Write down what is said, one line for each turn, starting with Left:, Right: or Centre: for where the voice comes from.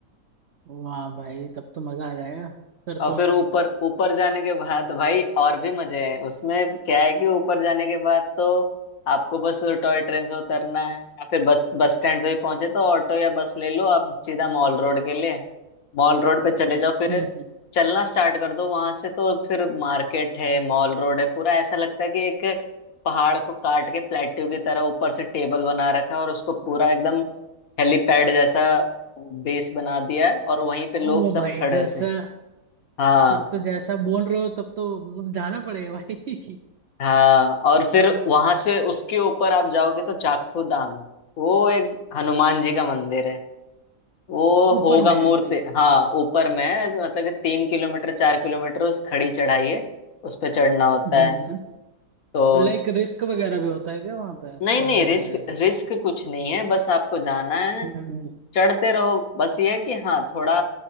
Right: वाह भाई तब तो मजा आ जाएगा फिर
Left: और
Right: तो
Left: फिर ऊपर ऊपर जाने के बाद भाई और भी मजे हैं उसमें क्या है कि ऊपर जाने के बाद तो आपको बस टॉय ट्रेन से उतरना है या फिर बस बस स्टैंड पे ही पहुंचे तो ऑटो या बस ले लो आप सीधा मॉल रोड के लिए मॉल रोड पे चले जाओ फिर
Right: हम्म
Left: चलना स्टार्ट कर दो वहां से तो फिर मार्केट है मॉल रोड है पूरा ऐसा लगता है कि एक पहाड़ को काट के प्लेट्यू की तरह ऊपर से टेबल बना रखा है और उसको पूरा
Right: हम्म
Left: एकदम हेलीपैड जैसा बेस बना दिया है और वहीं पे लोग
Right: ओ
Left: सब
Right: भाई
Left: खड़े
Right: जैसा
Left: होते हैं हाँ
Right: फिर तो जैसा बोल रहे हो तब तो मतलब जाना पड़ेगा भाई
Left: हाँ और फिर वहां से उसके ऊपर आप जाओगे तो जाखू धाम वो एक हनुमान जी का मंदिर है वो
Right: <laughs> ऊपर
Left: होगा
Right: में है
Left: मूर्ति
Right: लाइक
Left: हाँ ऊपर में है, मतलब कि तीन किलोमीटर चार किलोमीटर उस खड़ी चढ़ाई है उस पे चढ़ना होता
Right: हम्म
Left: है
Right: हम्म।
Left: तो
Right: तो लाइक रिस्क वगैरह भी होता है क्या वहां पे
Left: नहीं
Right: चढ़ने
Left: नहीं रिस्क
Right: वगैरह का
Left: रिस्क कुछ नहीं है बस आपको जाना है
Right: हम्म हम्म।
Left: चढ़ते रहो बस ये है कि हाँ थोड़ा